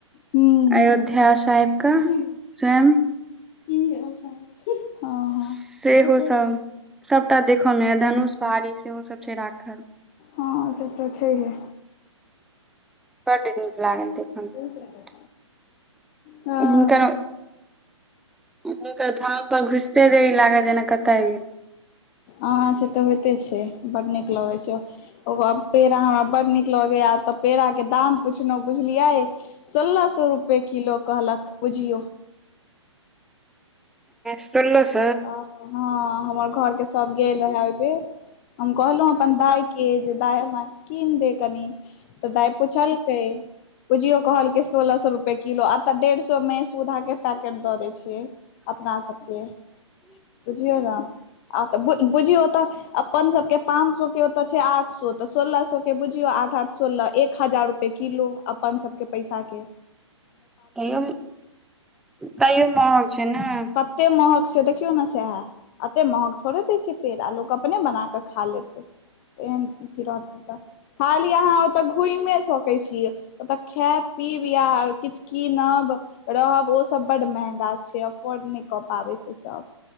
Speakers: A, on the left; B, in the centre.
A: ह्म
B: अयोध्य ध्या से आइब के
A: ह्म
B: स्वयं।
A: <unintelligible> हँ।
B: सेहो
A: हँ
B: सभ सभटा देखऽ मे अय धनुष भारी सेहो सभ छै राखल।
A: हँ से तऽ छैहे।
B: बड नीक लागल देख
A: छैहे
B: हुनकर।
A: हँ
B: हुनकर धाम पर घुसते रही लागै जेना कतय आब गेल।
A: अ से तऽ होइते छैय बड नीक लगैत छैय। ओकर पेड़ा हमरा बड नीक लगैए तऽ पेड़ाके दाम पुछलहुँ बुझलियै। सोलह सौ रुपैए किलो कहलक बुझियौ।
B: सोलह सौ।
A: हाँ हमर घोरके सब गेल रहे एहिबेर। हम कहलहुं अपन दाय के जे दाय हमरा कीन दे कनी। तऽ दाय पुछलकै। भुजियो कहलके सोलह सौ रुपैए किलो आ तऽ डेढ़ सौमे सुधाके पैकेट दऽ दैत छीए। अपना सबके बुझियौ नहि आ त बुझियौ तऽ। अपन सबके पाँंच सौ के ओतय छैय आठ सौ तऽ सोलह सौ के बुझियौ आठ आठ। सोलह एक हजार रुपए किलो अपन सभके पैसाके।
B: तैयो तैयो महग छैय नई।
A: एते महग छैय देखियौ नहि सहे एते महग थोड़े देय छैय पेड़ लोक अपने बना कऽ। खा लेते एहन। अथि रहत तऽ खाली अहाँ ओतऽ घुमे सकै छियै। ओतऽ खैब पीब आ किछ कीनब। रहब ओसभ बड महंगा छैय अफोर्ड नहि कऽ पाबै छैय सभ।